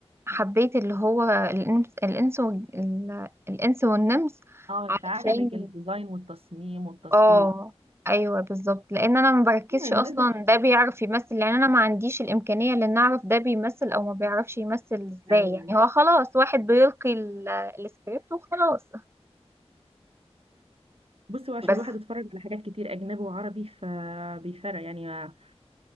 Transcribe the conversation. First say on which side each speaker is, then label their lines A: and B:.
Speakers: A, on the right; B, on the right.
A: حبيت اللي هو الانس الانس وال- ال- الانس والنمس
B: اه انت
A: علشان
B: عجبك الديزاين والتصميم والتصوير
A: اه ايوه بالظبط لان انا ما بركزش
B: اه بالنسبه
A: اصلا
B: لك
A: ده بيعرف يمثل لان انا ما عنديش الامكانيه لان اعرف ده بيمثل او ما بيعرفش يمثل ازاي
B: ايوه
A: يعني هو خلاص واحد بيلقي ال- السكريبت وخلاص
B: بصوا عشان
A: بس
B: الواحد اتفرج على حاجات كتير اجنبي وعربي فبيفرق يعني آه،